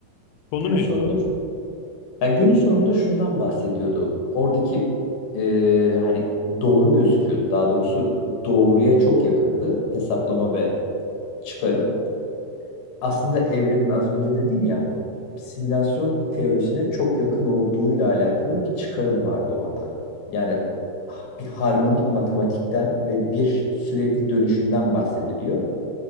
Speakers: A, on the left; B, on the left.
A: Konu
B: Günün
A: neydi
B: sonunda
A: abi?
B: yani günün sonunda şundan bahsediyordu oradaki e, hani doğru gözüküyordu daha doğrusu doğruya çok yakındı hesaplama ve çıkarım aslında evrenin az önce dedin ya simülasyon teorisine çok yakın olduğuyla alakalı bir çıkarım vardı orada. Yani bir harmonik matematikten ve bir sürekli dönüşümden bahsediliyor.